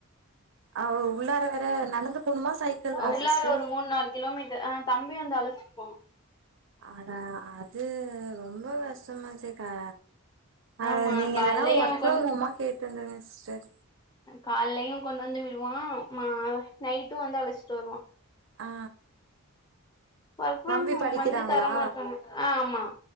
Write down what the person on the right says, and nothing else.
ஆவ் உள்ளார வேற நடந்து போவ்ணுமா சைக்கிளா
சிஸ்டர்
அடா அது ரொம்ப கஷ்டமாச்சக்கா அ
நீங்க
இல்லன்னா ஒர்க்
ஃப்ரம்
ஹோம்மா கேட்டுருங்க சிஸ்டர்
அ ஆ
தம்பி
படிக்கிறாங்களா